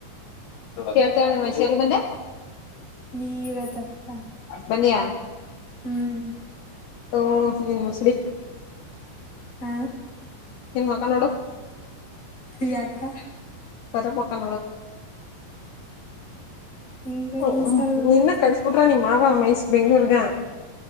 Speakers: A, on the left; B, on the left.
A: ಕೇಳ್ತೀರ ನಿ ಮೈಸೂ ಬಂದೆ
B: ನೀರ ತಪ್ಪಕ
A: ಬನ್ನಿಯಾ
B: ಹ್ಮ್
A: ಹಓ ನೀನ್ ಮುಸಡಿ
B: ಹ
A: ನ್ ಮಕ್ಕ ನೋಡು
B: ವಯಾಕ
A: ವರ ಪೋಕೋ
B: ಹಂಗ
A: ಹ
B: ಅನ್ಸಲ್ವಾ
A: ನಿನ್ನ ಕಡಸ್ಬಿಟ್ರ ನಿಮ್ ಮಾವ ಮೈಸೂ ಬೆಂಗ್ಳೂರ್ಗ